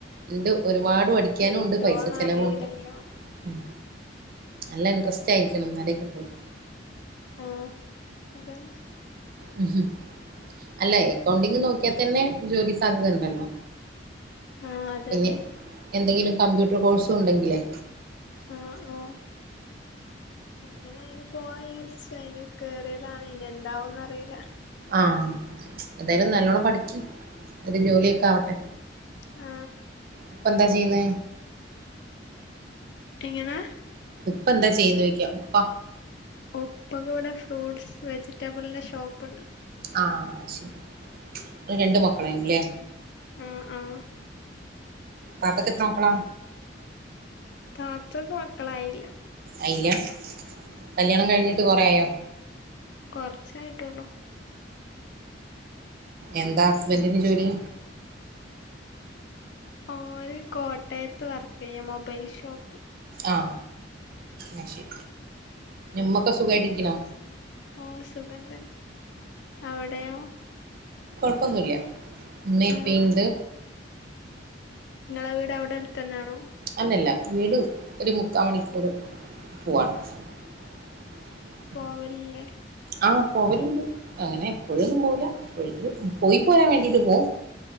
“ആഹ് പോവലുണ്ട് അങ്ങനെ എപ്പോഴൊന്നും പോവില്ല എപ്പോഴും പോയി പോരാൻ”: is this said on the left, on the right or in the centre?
Right